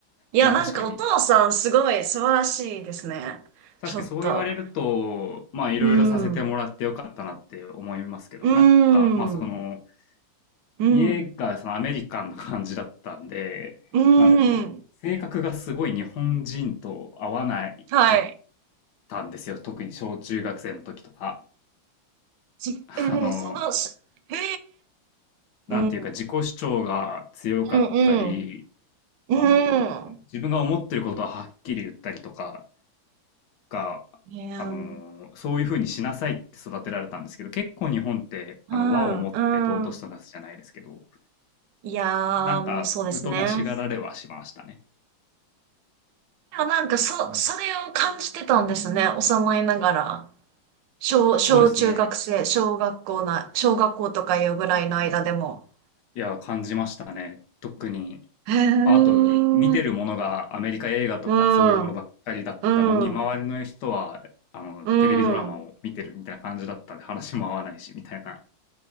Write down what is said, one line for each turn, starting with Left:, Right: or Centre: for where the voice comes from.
Right: いや、
Left: まあ確かに。
Right: なんかお父さんすごい素晴らしいですね。
Left: 確かにそう言われると、
Right: ちょっと。
Left: まあいろいろさせてもらってよかったなって思いますけど、
Right: うーん、うーん、
Left: なんか、まあその、
Right: うーん、
Left: 家がそのアメリカンな感じだったんで、
Right: うーん。
Left: なんでしょう。性格がすごい日本人と合わないかっ
Right: はい。
Left: たんですよ。特に小中学生の時とか。
Right: じえー、
Left: あの、
Right: その、しえ
Left: なんていうか自己主張が強かったり、
Right: ー、うん、うん、うん、う
Left: あのー自分が思ってることははっきり言ったりとか
Right: ん。
Left: が、
Right: いやー、
Left: あのーそういうふうにしなさいって育てられたんですけど、結構日本って、
Right: うん、
Left: あの、和をもって尊しとなすじゃないですけど、
Right: うん。いや
Left: なんか、
Right: ー、もうそうですね。
Left: 疎ましがられはしましたね。
Right: でもなんかそ、それを感じてたんですね。幼いながら。小、小中学生、
Left: そうですね。
Right: 小学校な、小学校とかいうぐらいの間でも。
Left: いや、感じましたね。特に、
Right: へー。
Left: あと、見てるものがアメリカ映画とかそういうものばっかりだったのに、
Right: うん、うん、
Left: 周りの人は、あの、
Right: うん。
Left: テレビドラマを見てるみたいな感じだったんで、話も合わないし、みたいな